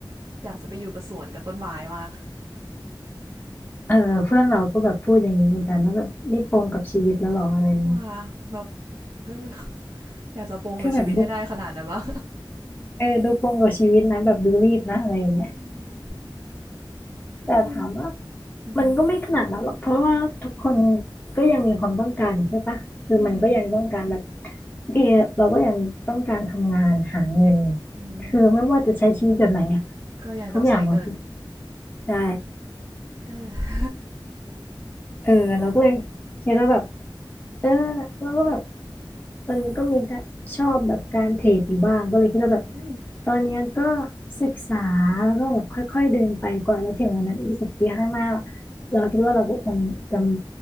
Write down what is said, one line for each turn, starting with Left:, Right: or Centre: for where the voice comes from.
Right: อยากจะไปอยู่กับสวนกับต้นไม้มาก
Left: เออเพื่อนเราก็แบบพูดอย่างนี้เหมือนกันว่าแบบนี่ปลงกับชีวิตแล้วหรออะไรอย่างเงี้ย
Right: ว่าแบบเอออยากจะปลงกับชีวิตให้ได้ขนาดนั้นวะ
Left: คือแบบดูเออดูปลงกับชีวิตนะแบบดูรีบนะอะไรอย่างเงี้ย
Right: อืมอืม
Left: แต่ถามว่า
Right: อือหือ
Left: มันก็ไม่ขนาดนั้นหรอกเพราะว่าทุกคนก็ยังมีความต้องการใช่ปะคือมันก็ยังต้องการแบบ
Right: อืม
Left: โอเคเราก็ยังต้องการทำงานหาเงิน
Right: อืม
Left: คือไม่ว่าจะใช้ชีวิตแบบไหนอะ
Right: ก็ยังต้องใช้เงิน
Left: ทุกอย่างมาคือใช่
Right: เออ
Left: เออเราก็เลยคิดว่าแบบเออเราก็แบบ ตอนนี้ก็มีการชอบแบบการเทรดอยู่บ้างก็เลยคิดว่าแบบ
Right: อืม
Left: ตอนเนี้ยก็ศึกษาแล้วก็แบบค่อยๆเดินไปกว่าแล้วถึงวันนั้นอีกสิบปีข้างหน้าเราคิดว่าเราก็คงจะ